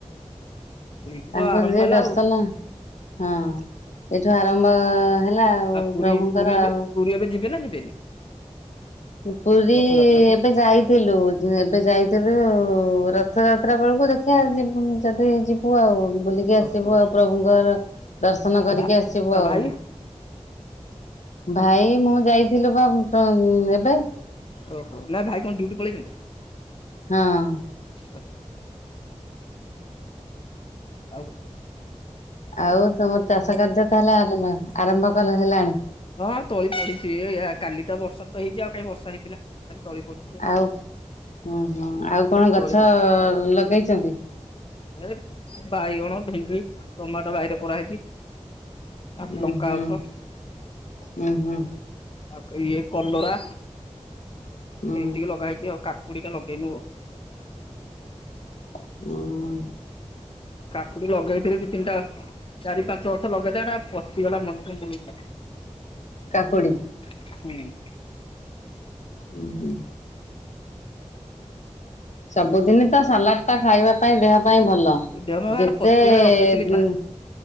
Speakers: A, on the left; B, on the left.
A: ସେଇଠୁ
B: ତାଙ୍କୁ
A: ତ ଆରମ୍ଭ
B: ଯିଏ
A: ହେଲା
B: ଦର୍ଶନ,
A: ଆଉ।
B: ହଁ ଏଠୁ ଆରମ୍ଭ ହେଲା ଲା ଆଉ
A: ପୁରୀ
B: ପ୍ରଭୁଙ୍କର
A: ପୁରୀ ଏବେ
B: ଆଉ।
A: ପୁରୀ ଏବେ ଯିବେ ନା ଯିବେନି?
B: ମୁଁ ପୁରୀ
A: ରଥଯାତ୍ରା କୁ
B: ଏବେ ଯାଇ ଥିଲୁ, ଏବେ ଯାଇଥିଲୁ ଉ, ରଥଯାତ୍ରା ବେଳକୁ, ଦେଖିଆ ଯିବୁନି ଯଦି ଯିବ ବୁ ଆଉ ବୁଲିକି ଆସିବୁ
A: ଓହୋ
B: ଆଉ ପ୍ରଭୁଙ୍କର ଦର୍ଶନ
A: ଆଉ
B: କରିକି
A: ଭା
B: ଆସିବୁ ଆଉ।
A: ଭାଇ
B: ଭାଇ ମୁଁ ଯାଇଥିଲୁ ବା <unintelligible> ଏବେ।
A: ଓହୋ, ନା ଭାଇ କଣ ଡିଉଟି ପଳେଇଚନ୍ତି?
B: ହଁ।
A: ଓକେ। ଆଉ କଣ କୁହ?
B: ଆଉ ତୋମ ଚାଷ କାର୍ଯ୍ୟ ତାହଲେ ଆରମ୍ଭ ଆରମ୍ଭ କଲ- ହେଲାଣି?
A: ହଁ ତଳି ପଡିଚି, ଏ ଏଆ, କାଲି ତ ବର୍ଷା ତ ହେଇଛି ଆଉ କାହିଁ ବର୍ଷା ହେଇଥିଲା। ଖାଲି ତଳି ପଡିଛି।
B: ଆଉ ଅଁ, ହଁ ଆଉ କଣ ଗଛ
A: ତଳି ପଡି
B: ଲଗେଇଛନ୍ତି?
A: ଏ ବାଇଗଣ, ଭେଣ୍ଡି, ଟମାଟୋ ବାହିରେ କରାହେଇଛି। ଆଉ
B: ଉଁ,
A: ଲଙ୍କା
B: ହୁଁ
A: ଗଛ
B: ଉଁ, ହଁ।
A: ଆଉ କ-ଇଏ କଲରା।
B: ହୁଁ
A: ଏଇତିକି ଲଗା ହେଇଛି ଆଉ କାକୁଡି ଟା ଲଗେଇନୁ ଓ।
B: ଅଁ, ହଁ।
A: କାକୁଡି ଲଗେଇଥିଲେ ଦି ତିନିଟା ଚାରି ପାଞ୍ଚ ଗଛ ଲଗେଇଚେ ସେଟା ପଚିଗଲା ମନୁ <inaudible>
B: କାକୁଡ଼ି
A: ହଁ।
B: ହୁଁ, ହୁଁ। ସବୁଦିନ ତ ସାଲାଡ ଟା ଖାଇବା ପାଇଁ ଦେହ ପାଇଁ ଭଲ।
A: ଦେହ ପାର
B: ଯେତେ
A: ପଚିଗଲା ଲଗେଇଥିଲି
B: ଗୁଁ
A: ପା